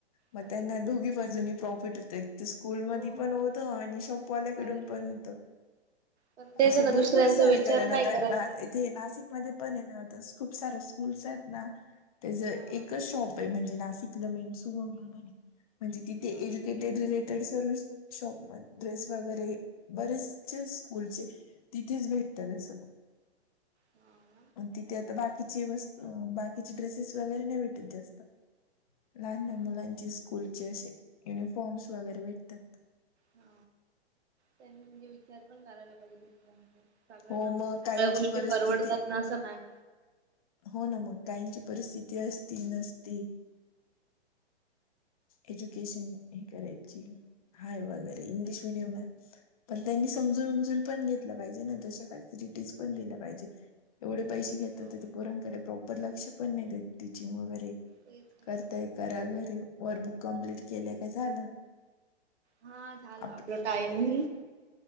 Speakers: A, on the left; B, on the right.
A: मग
B: पण
A: त्यांना
B: एक
A: दोघी बाजूनी प्रॉफीट होतं एक स्कूलमधी
B: हो
A: पण होत. आणि शॉपवाल्याकडून
B: बाहेरून
A: पण होतं.
B: पण तेच
A: असे
B: ना दुसऱ्यांचा
A: भरपूर सारे
B: विचार
A: कारण
B: नाही
A: आता
B: करत
A: <unintelligible>
B: मग.
A: ते नाशिकमध्ये पण ये ना आता खूप सारे स्कूल्स आहेतना त्याच एकच
B: हा
A: शॉप म्हणजे नाशिक मेन सुंग म्हण म्हणजे तिथे
B: हा
A: एज्युकेटेड रिलेटेड सर्व. शॉप मध्ये ड्रेस वगैरे बरेचसे स्कूलचे. तिथेच भेटतं तसं.
B: हा
A: तिथे आता बाकीची वस्त बाकीचे ड्रेसेस वगैरे नाही भेटत जास्त. लहान लहान
B: हा
A: मुलांचे स्कूलचे असे युनिफॉर्म्स वगैरे भेटतात.
B: हा त्यांनी म्हणजे विचार पण करायला पाहिजे दुसऱ्यांचा. सगळ्यांना
A: हो मग
B: सगळ्या
A: काहींची
B: गोष्टी
A: परिस्थिती
B: परवडतात ना असं नाही.
A: हो ना मग काहीची परिस्थिती असती नसती. एज्युकेशन हे करायची हाय वगैरे इंग्लिश मीडियम आहे. पण त्यांनी समजून उमजून पण घेतलं पाहिजे, ना तश्या फॅसिलिटीज पण दिल्या पाहिजे. एवढे पैसे घेतात
B: हो
A: त्या पोरांकडून, प्रॉपर लक्ष पण नाही देत टीचिंग वगैरे
B: तेच ना.
A: करताय. घरा घरी वर्कबुक कमप्लीट केले काय झालं.
B: हा झालं
A: आप
B: आपला टाइमिंग